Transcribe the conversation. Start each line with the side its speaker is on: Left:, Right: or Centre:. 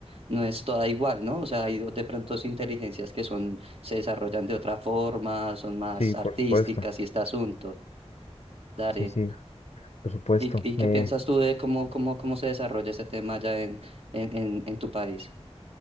Right: no es toda igual, ¿no? O sea, hay de pronto sí inteligencias que son, se desarrollan de otra forma, son más
Left: Sí,
Right: artísticas
Left: por supuesto.
Right: y este asunto. Dale.
Left: Sí, sí, por supuesto.
Right: ¿Y, y qué
Left: Eh,
Right: piensas tú de cómo, cómo, cómo se desarrolla ese tema ya en, en, en, en tu país?